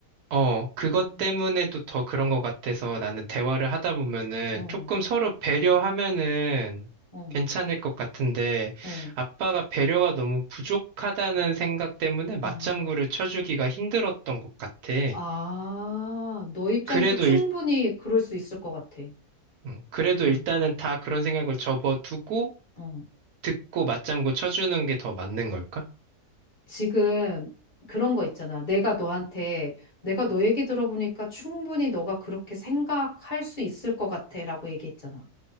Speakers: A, on the right; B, on the left.
A: 어 그것
B: 음.
A: 때문에도 더 그런 것 같아서 나는 대화를 하다 보면은
B: 어,
A: 조금 서로 배려하면은
B: 어,
A: 괜찮을 것 같은데
B: 어.
A: 아빠가 배려가 너무 부족하다는 생각 때문에 맞장구를
B: 아,
A: 쳐주기가 힘들었던 것 같아.
B: 아, 너 입장에서
A: 그래도
B: 충분히
A: 일
B: 그럴 수 있을 것 같아.
A: 음, 그래도
B: 응,
A: 일단은 다 그런 생각을 접어두고
B: 어.
A: 듣고 맞장구 쳐주는 게 더 맞는 걸까?
B: 지금 그런 거 있잖아. 내가 너한테, 내가 너 얘기 들어보니까 충분히 너가 그렇게 생각할 수 있을 것 같아 라고 얘기했잖아.